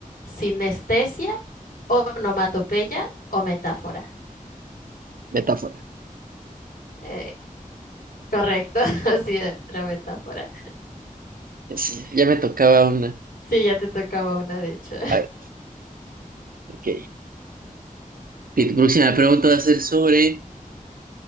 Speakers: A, on the left; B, on the right.
A: sinestesia, onomatopeya o metáfora.
B: metáfora.
A: Eh, correcto, <laughs> así era metáfora.
B: Sí, ya me tocaba una.
A: Sí, ya te tocaba una, de hecho.
B: A ver, ok. Ok, Tu próxima pregunta va a ser sobre